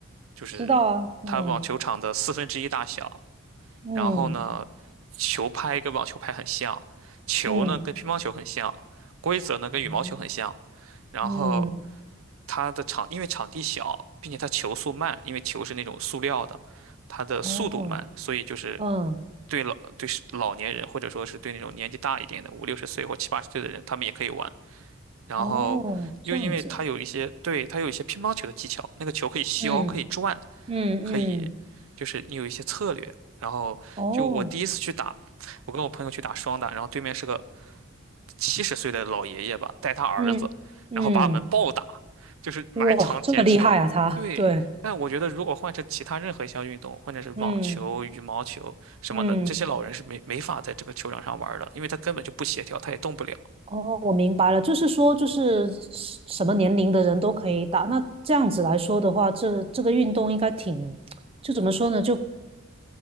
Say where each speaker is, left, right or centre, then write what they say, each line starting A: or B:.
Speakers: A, on the right; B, on the right.
A: 就是
B: 知道啊，嗯
A: 它网球场的四分之一大小，
B: 嗯
A: 然后呢，球拍跟网球拍很像，球呢跟乒乓球很像，
B: 嗯
A: 规则呢跟羽毛球很像，
B: 嗯
A: 然后
B: 嗯，
A: 它的场因为场地小，并且它球速慢，因为球是那种塑料的，它的速度慢，
B: 哦，
A: 所以就是
B: 嗯
A: 对老对老年人或者说是对那种年纪大一点的五六十岁或七八十岁的人，他们也可以玩。然后又因为它有一些，
B: 哦，这样子，
A: 对，它有一些乒乓球的技巧，那个球可以削，
B: 嗯
A: 可以转，
B: 嗯嗯，
A: 可以，就是你有一些策略。然后就我第一次去打，
B: 哦，
A: 我跟我朋友去打双打，然后对面是个七十岁的老爷爷吧，带他儿子，
B: 嗯嗯。
A: 然后把我们暴打，就是满场捡球。
B: 哇，这么厉害啊，他，
A: 对，
B: 对，
A: 但我觉得如果换成其他任何一项运动，或者是网球、
B: 嗯
A: 羽毛球什么的，
B: 嗯，
A: 这些老人是没没法在这个球场上玩儿的，因为他根本就不协调，他也动不了。
B: 哦，我明白了，就是说，就是什什么年龄的人都可以打。那这样子来说的话，这这个运动应该挺，就怎么说呢，就